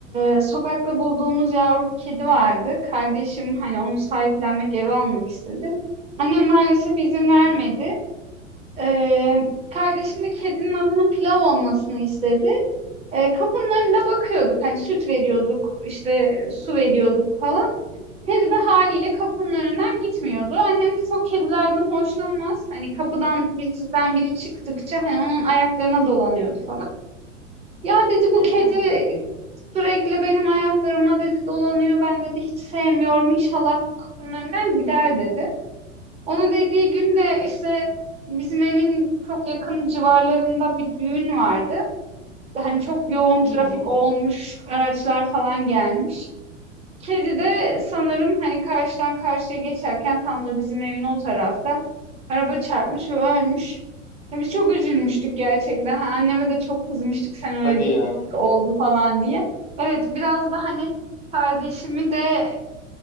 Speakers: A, on the right; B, on the left.
A: e, sokakta bulduğumuz yavru bir kedi vardı. Kardeşim hani onu sahiplenmek, eve almak istedi. Annem maalesef izin vermedi.
B: Hı hı.
A: E, kardeşim de kedinin adının Pilav olmasını istedi. E, kapının önünde bakıyorduk. Hani süt veriyorduk, işte su veriyorduk falan. Kedi de haliyle kapının önünden gitmiyordu. Annem de çok kedilerden hoşlanmaz. Hani kapıdan bizden biri çıktıkça hani onun ayaklarına dolanıyordu falan. Ya dedi
B: Hmm.
A: bu kedi sürekli benim ayaklarıma dedi dolanıyor. Ben dedi hiç sevmiyorum. İnşallah bu kapının önünden gider dedi. Onu dediği gün de işte bizim evin çok yakın civarlarında bir düğün vardı. Hani çok yoğun
B: Hı
A: trafik
B: hı.
A: olmuş, araçlar falan gelmiş. Kedi de sanırım hani karşıdan karşıya geçerken tam da bizim evin o tarafta araba çarpmış ve ölmüş. Ya biz çok üzülmüştük gerçekten. Ha, anneme de çok kızmıştık sen öyle
B: Hadi
A: dedin,
B: ya.
A: oldu falan diye. Evet biraz da hani kardeşimi de